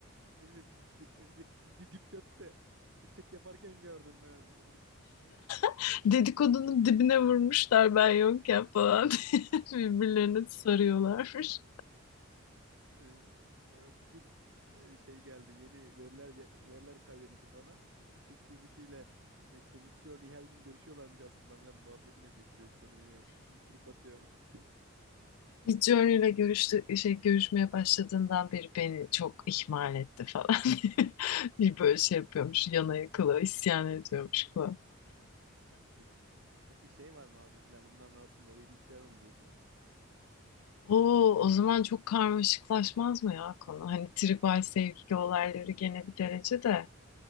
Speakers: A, on the right (about 60°); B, on the left (about 80°).
A: Ne bileyim di, e, di, di- Deep Web'de chat yaparken gördüm ben. <laughs>
B: <laughs> dedikodunun dibine vurmuşlar ben yokken falan <laughs> birbirlerine sarıyorlarmış.
A: Ee, e, bugün e, şey geldi yeni veriler ge- veriler kaydedildi bana. ChatGPT ile e, işte Midjourney her gün görüşüyorlarmış aslında falan muhabbetine getiriyor konuyu trip atıyor falan.
B: Midjourney ile görüştü, şey, görüşmeye başladığından beri beni çok ihmal etti falan. <laughs> Bir böyle şey yapıyormuş, yana yakıla isyan ediyormuş falan.
A: Peki peki şey var mı abi mesela bunların arasında evlilik falan olacak mı?
B: Oo, o zaman çok karmaşıklaşmaz mı ya konu? Hani tribal sevgi olayları gene bir derece de